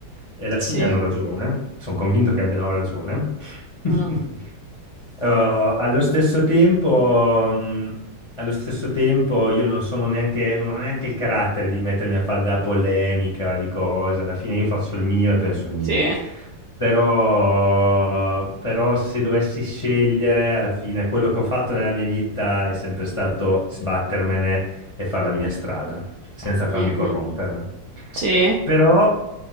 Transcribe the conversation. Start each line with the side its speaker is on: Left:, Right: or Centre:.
Left: E alla fine
Right: Sì.
Left: hanno ragione. Sono convinto che abbiano ragione. <laughs>
Right: mhm.
Left: Eh, allo stesso tempo, mh, allo stesso tempo io non sono neanche, non ho neanche il carattere di mettermi a fare della polemica di cose, alla fine io faccio il mio e penso al mio.
Right: Sì.
Left: Però, però se dovessi scegliere, alla fine quello che ho fatto nella mia vita è sempre stato sbattermene e fare la mia strada senza farmi
Right: mhm,
Left: corrompere.
Right: Sì.
Left: Però,